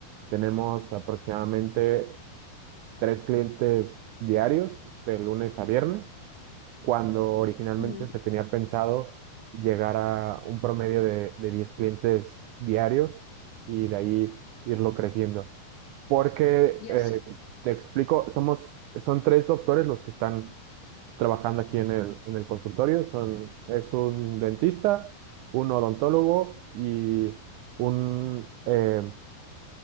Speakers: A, on the right; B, on the left.
A: Tenemos aproximadamente tres clientes diarios de lunes a viernes cuando originalmente
B: ujú.
A: se tenía pensado llegar a un promedio de, de 10 clientes diarios y de ahí irlo creciendo. Porque,
B: Y
A: eh,
B: hace,
A: te explico, somos, son tres doctores los que están trabajando aquí en el, en el consultorio. Son, es un dentista, un odontólogo y un eh,